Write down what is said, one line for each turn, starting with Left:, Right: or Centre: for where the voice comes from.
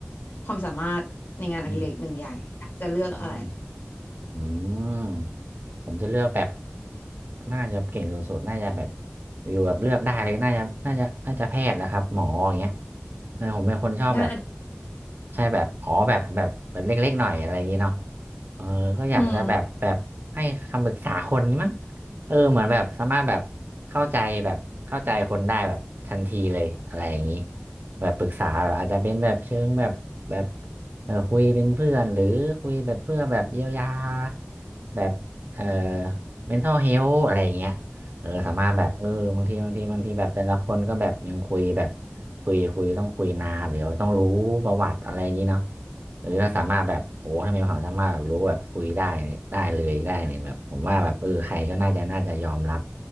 Left: ความสามารถในงานอดิเรกหนึ่งอย่างจะเลือกอะไร
Right: อืมอืมอืม ผมจะเลือกแบบน่าจะเก่งสุดๆน่าจะแบบอยู่แบบเลือกได้เลยน่าจะน่าจะน่าจะแพทย์นะครับหมออย่างเงี้ยเออผมเป็นคนชอบแบบ
Left: งานอดิ
Right: ใช่แบบอ๋อแบบแบบแบบเล็กๆหน่อยอะไรอย่างงี้เนาะเออก็อยากจะแบบแบบให้คำปรึกษาคนมั้ง
Left: อืม
Right: เออเหมือนแบบสามารถแบบเข้าใจแบบเข้าใจคนได้แบบทันทีเลยอะไรอย่างงี้แบบปรึกษาแบบอาจจะเป็นแบบเชิงแบบแบบเออคุยเป็นเพื่อนหรือคุยแบบเพื่อแบบเยียวยาแบบ เอ่อ mental health อะไรอย่างเงี้ยเออสามารถแบบเออบางทีบางทีบางทีแบบแต่ละคนก็แบบยังคุยแบบคุยคุยต้องคุยนานหรือว่าต้องรู้ประวัติอะไรอย่างนี้เนาะหรือถ้าสามารถแบบโอ้ถ้ามีความสามารถแบบรู้แบบคุยได้เนี่ยได้เลยได้เลยแบบผมว่าแบบเออใครก็น่าจะน่าจะยอมรับ